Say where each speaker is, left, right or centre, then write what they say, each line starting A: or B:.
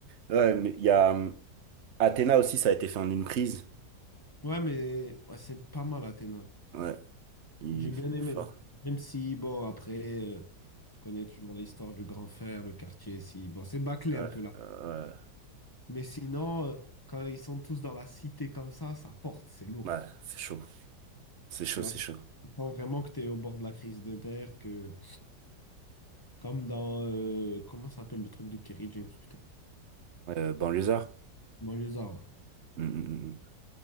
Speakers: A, on the right (about 50°); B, on the left (about 20°).
A: Ouais, mais il y a hum, Athena aussi, ça a été fait en une prise.
B: Ouais, mais ouais, c'est pas mal, Athéna.
A: Ouais. Il,
B: J'ai bien
A: il
B: aimé.
A: est fort.
B: Même si, bon, après, euh, tu connais toujours l'histoire du grand frère, le quartier, si, bon, c'est bâclé
A: Ouais,
B: un peu là.
A: euh,
B: Mais sinon, euh, quand ils sont tous dans la cité comme ça, ça porte, c'est lourd.
A: ouais. Ouais, c'est chaud. C'est chaud,
B: Tu vois,
A: c'est
B: tu
A: chaud.
B: sens vraiment que tu es au bord de la crise de terre, que, comme dans, euh, comment ça s'appelle le truc de Kerry James, putain?
A: Euh, banlieusard?
B: Banlieusard, ouais.
A: Mm, mm, mm. mm.